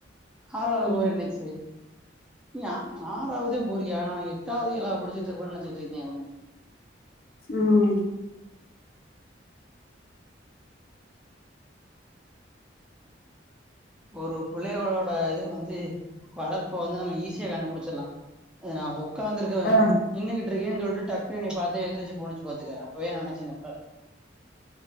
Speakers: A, in the centre; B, on the left.
A: ஆறாவது
B: ம்
A: போறேன்னுச்சு நீ ஆ ஆறாவதே போரியா நா எட்டாவது ஏழாவது படிச்சிட்டு இருபன்னு நெனச்சிட்டு இருக்கே உன்ன
B: ம்
A: ஒரு புள்ளையோட இது வந்து வளர்ப்ப வந்து நம்ம ஈஸியா கண்டுபுடிச்சிடலா நா உக்காந்துருக்கறே
B: ஆ
A: நின்னுகிட்டு இருக்கேன்னு சொல்ட்டு டக்கு என்னய பாத்து எந்திரிச்சு போணிச்சு பாத்துக்க அப்பவே நெனச்ச மக்கா